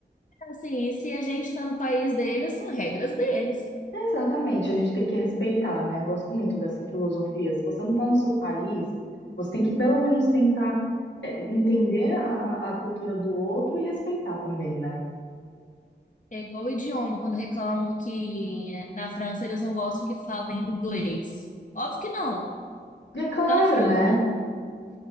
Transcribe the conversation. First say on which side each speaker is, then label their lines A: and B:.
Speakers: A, on the left; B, on the left.
A: Assim, e se a gente tá no país deles, são regras deles.
B: Exatamente, a gente tem que respeitar, né? Gosto muito dessa filosofia. Se você não está no seu país, você tem que pelo menos tentar é, entender a, a, a cultura do outro e respeitar também, né?
A: É igual o idioma, quando reclamam que eh, na França eles não gostam que falem inglês. Óbvio que não.
B: E é claro,
A: Tá na França,
B: né?